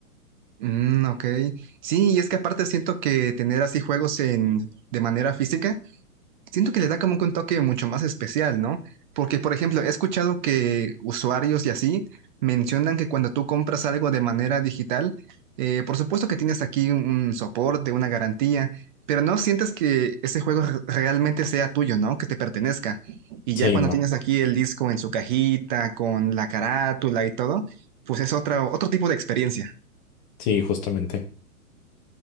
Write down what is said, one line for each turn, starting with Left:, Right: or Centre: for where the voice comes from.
Right: Mm, ok. Sí, y es que aparte siento que tener así juegos en, de manera física siento que le da como que un toque mucho más especial, ¿no? Porque, por ejemplo, he escuchado que usuarios y así mencionan que cuando tú compras algo de manera digital, eh, por supuesto que tienes aquí un soporte, una garantía, pero no sientes que ese juego re- realmente sea tuyo, ¿no? Que te pertenezca. Y
Left: Sí,
Right: ya cuando
Left: no,
Right: tienes aquí el disco en su cajita, con la carátula y todo, pues es otra, otro tipo de experiencia.
Left: sí, justamente.